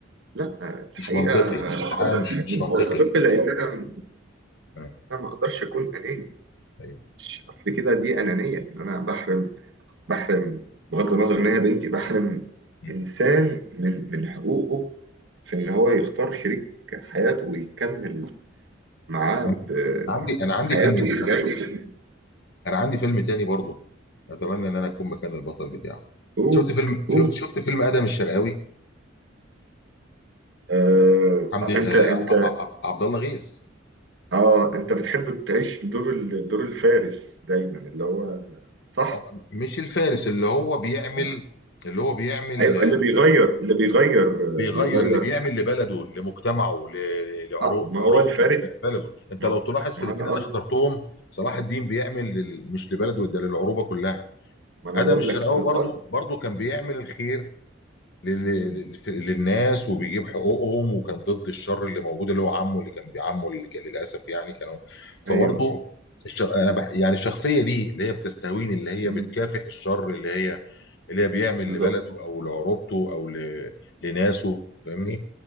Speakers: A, on the right (about 65°); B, on the left (about 60°).
A: لا الحقيقة
B: مش منطقي حاجه مش
A: الطب
B: مش منطقي
A: لأن أنا
B: آه،
A: أنا ما أقدرش أكون أناني
B: أيوة.
A: مش- أصل كده دي أنانية إن أنا بحرم بحرم بغض النظر إن هي بنتي بحرم
B: م.
A: إنسان من من حقوقه في إن هو يختار شريك حياته ويكمل معاه
B: انا
A: بحياته
B: عندي انا عندي فيلم تاني
A: الجاية
B: انا عندي فيلم تاني برضو اتمنى ان انا اكون مكان البطل بتاعه
A: هو
B: شفت فيلم شفت
A: هو
B: شفت فيلم ادم الشرقاوي
A: آه،
B: حمدي
A: أنت
B: آه
A: أنت
B: ع- ع- عبد الله غيث
A: اه انت بتحب تعيش دور ال- دور الفارس دايما اللي هو صح
B: آه، مش الفارس اللي هو بيعمل
A: آه.
B: اللي هو بيعمل
A: ايوه
B: آه،
A: اللي بيغير اللي بيغير آه،
B: بيغير
A: بيغير
B: اللي بيعمل لبلده لمجتمعه ل- لعرو-
A: اه ما
B: لعروبته
A: هو الفارس
B: بلده انت
A: ما,
B: لو تلاحظ في
A: ما
B: الاثنين
A: انا
B: انا
A: قصد
B: اخترتهم صلاح الدين بيعمل لل- مش لبلده ده للعروبه كلها
A: ما انا
B: ادم
A: بقول
B: الشرقاوي
A: لك القصد
B: برضو برضو كان بيعمل الخير لل-
A: مم.
B: لل- في- للناس وبيجيب حقوقهم وكان ضد الشر اللي موجود اللي هو عمه اللي كان بيعمه اللي كان للاسف يعني كانوا فبرضو
A: ايوه
B: الشر... انا بح... يعني الشخصيه دي اللي هي بتستهويني اللي هي
A: مم.
B: بتكافح الشر اللي هي اللي هي بيعمل
A: بالظبط
B: لبلده او لعروبته او ل... لناسه فاهمني